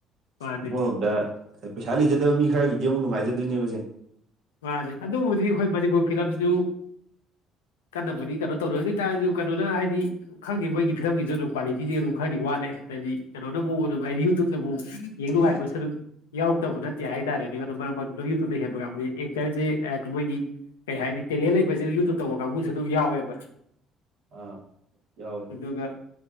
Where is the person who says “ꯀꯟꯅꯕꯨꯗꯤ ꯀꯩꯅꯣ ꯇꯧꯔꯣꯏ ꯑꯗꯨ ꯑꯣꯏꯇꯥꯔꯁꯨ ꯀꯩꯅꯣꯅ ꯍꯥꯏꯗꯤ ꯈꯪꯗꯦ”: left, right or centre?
Left